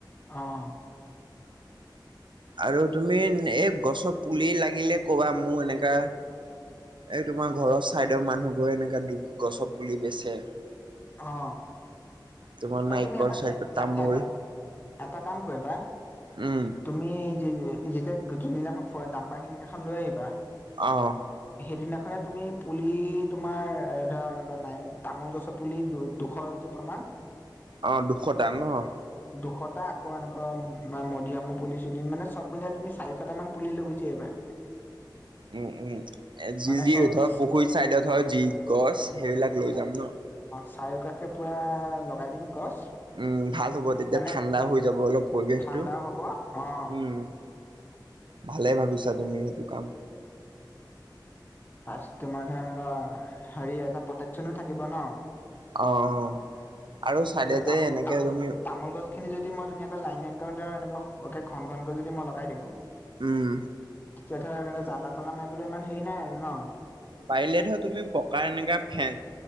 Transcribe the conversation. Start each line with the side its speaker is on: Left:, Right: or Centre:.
Left: অ'।
Right: আৰু তুমি এই গছৰ পুলি লাগিলে ক'বা মোৰ এনেকা এই তোমাৰ ঘৰৰ চাইদৰ মানুহবোৰে এনেকা গছৰ পুলি বেছে।
Left: অ
Right: তোমাৰ
Left: অ'
Right: নাৰিকল
Left: তুমি এটা
Right: চাৰিকল
Left: এ-এটা
Right: তামোল
Left: এ-এটা কাম কৰিবা
Right: উম
Left: তুমি যি-যেতিয়া যোনদিনাখন ফোৱা দাম্পাৰখিনি কেইখন লৈ আহিবা
Right: অ'।
Left: সেইদিনাখনে তুমি পুলি তোমাৰ এ, ধৰা এনেকোৱা নাই তামোল গছৰ পুলি দুশ দুটামান
Right: অ' দুশটা ন'?
Left: দুশটা আকৌ এনেকুৱা ম-মডিয়ামৰ পুলি চুলি মানে চব মিলাই তুমি চাৰিশটা পুলি লৈ গুচি আহিবা। <inaudible>
Right: উম, উম, যি
Left: মানে
Right: যি
Left: চ
Right: ধৰ পুখুৰী চাইডত হয় যি গছ সেইবিলাক লৈ যাম ন'?
Left: চাৰিওকাষে পোৰা লগাই দিম গছ।
Right: উম, ভাল হ'ব তেতিয়া,
Left: মানে
Right: ঠাণ্ডা হৈ যাব অলপ পৰিৱেশটো।
Left: ঠাণ্ডাও হ'ব অ'।
Right: উম ভালে ভাবিছা তুমি সেইটো কাম।
Left: প্লাছ তোমাৰ ধৰা এনেকুৱা হেৰি এটা প্ৰটেকচনো থাকিব ন'।
Right: অ', অ'। আৰু চাইডতে
Left: এতিয়া তামোল-তামোল-তামোল
Right: এনেকে তুমি
Left: গছখিনি যদি মই ধুনীয়াকৈ লাইন লাইন ধৰ এনেকুৱা ঘন ঘনকৈ যদি মই লগাই দিওঁ
Right: উম।
Left: এতিয়া ধৰা জালনা তালনা মাৰিবলৈ ইমান হেৰি নাই আৰু ন'?
Right: পাৰিলে ধৰ তুমি পকাৰ এনেকা ফেন